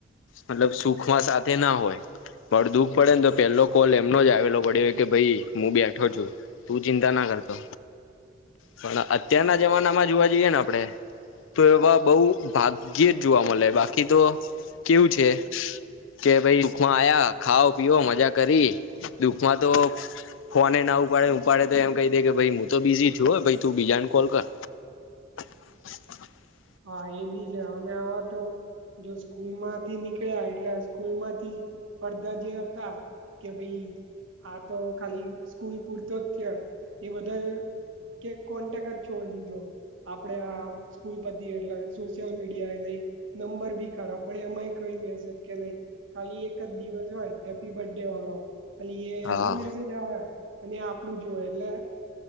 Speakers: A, on the left; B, on the right.
A: મતલબ સુખમાં સાથે ના હોય માર દુઃખ પડે ને તો પેહેલો કોલ એમનો જ આવેલો પડ્યો કે ભાઈ હું બે છ તું ચિંતા ના કરતો પણ અત્યારના
B: હા
A: જમાનામાં જોવા જઈએ ને આપડણે તો એવા બઉ ભાગ્યે જ જોવા મળે બાકી તો કેવું છે કે ભ દુખમાં આયા ખાઓ પીઓ મજા કરી દુખમાં તો. ફને ના ઉપાડે ઉપાડે તો એમ કહી દે કે ભાઈ હું તો બીઝી છું હોય ભાઈ તું બીજાને કોલ કર. <unintelligible>
B: હા એ બી છે અને આવા તો જો સ્કૂલ માંથી નીકળ્યા એટલે સ્કૂલ માંથી પડધા જે હતા. કે ભાઈ આ તો ખાલી સ્કૂલ પૂરતો જ થયા એ બધા કે કોન્ટેક જ છોડ દીધો આપડે આ સ્કૂલ પ એટ સોશિયલ મીડિયા નહી નંબર બી ખરાબ પણ એમાંય કઈ મેસેજ કે નહી. ખાલી એક જ દિવસ હોય હેપ્પી બર્થ ડે વાળો અ એ
A: હા
B: એનો મેસેજ આવે અને આપડું જોય એટલે